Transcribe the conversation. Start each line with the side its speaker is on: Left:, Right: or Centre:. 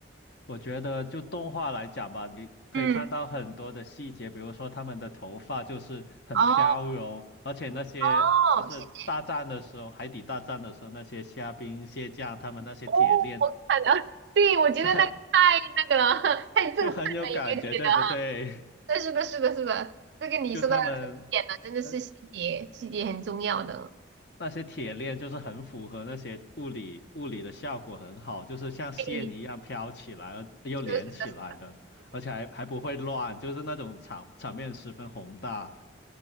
Left: 我觉得就动画来讲吧，你可以看到很多的细节，
Right: 嗯，
Left: 比如说他们的头发就是很飘柔，
Right: 哦
Left: 而且那些就是大战的时候，
Right: 哦，谢谢。
Left: 海底大战的时候，那些虾兵蟹将，他们那些铁链。
Right: 哦，我看了，<laughs> 对，我觉得那个太那个了，
Left: 就很
Right: <laughs> 太震撼了，
Left: 就很有感觉，
Right: 有没有觉得？
Left: 对不对？
Right: 对，是的，是的，是的，
Left: <laughs>
Right: 这个你说的这个点了，
Left: 就他们
Right: 真的是细节，
Left: 那
Right: 细节很重要的。
Left: 那些铁链，就是很符合那些物理物理的效果很好，就是像线一样飘起来，
Right: 对，
Left: 而又连起来的，
Right: 是的，是的，
Left: 而且还还不会乱，就是那种场场面十分宏大。